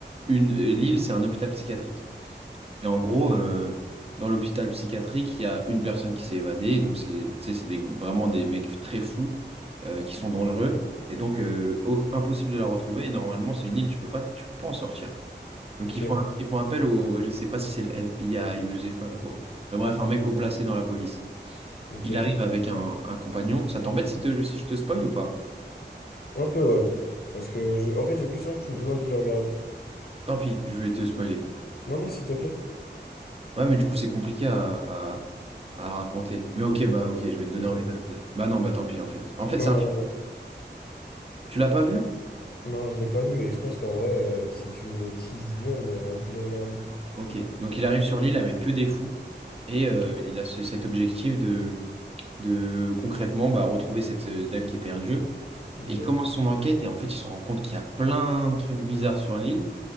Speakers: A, on the right; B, on the left.
A: une... L'île, c'est un hôpital psychiatrique. Et en gros,
B: ok,
A: euh, dans l'hôpital psychiatrique, il y a une personne qui s'est évadée. Et Donc, c'est, tu sais, c'est des- vraiment des mecs très fous euh, qui sont dangereux. Et donc, euh, au- impossible de la retrouver. Et normalement, c'est une île, tu peux pas, tu peux pas en sortir. Donc
B: ok.
A: ils font, ils font appel au, je sais pas si c'est le FBI ou je sais pas trop. Mais bref, un mec haut placé dans la police.
B: ok.
A: Il arrive avec un, un compagnon. Ça t'embête si, te- si je te spoil ou pas?
B: Un peu, ouais. Parce que, je- en fait, j'ai plus envie que tu me donnes envie de le regarder.
A: Tant pis, je vais te spoiler.
B: Non, non, s'il te plaît.
A: Ouais, mais du coup, c'est compliqué à, à- à raconter. Mais ok, bah ok, je vais te donner
B: Ok.
A: envie de... de- Bah non, bah tant pis en fait. En fait,
B: Non,
A: c'est un
B: non,
A: film.
B: non, non.
A: Tu l'as pas vu?
B: Non, je l'ai pas vu, et je pense qu'en vrai, euh, si tu me le teases bien, j'aurais envie de le regarder.
A: Ok. Donc il arrive sur l'île avec que des fous. Et euh,
B: Ok,
A: il a ce- cet objectif de, de concrètement bah, retrouver cette euh, dame qui est perdue.
B: ok,
A: Et il commence son enquête et en fait, il se rend compte qu'il y a plein de trucs bizarres sur l'île.